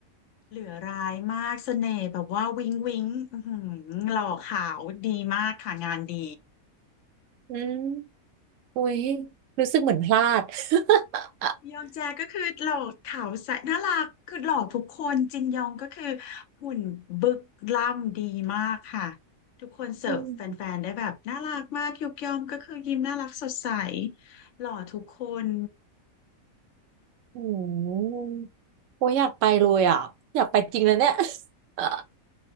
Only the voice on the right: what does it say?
อืม อุ้ยรู้สึกเหมือนพลาด <laughs>
อืม <laughs>
โอ้โหโอ้ยอยากไปเลยอ่ะอยากไปจริงเลยเนี่ย <laughs> เออ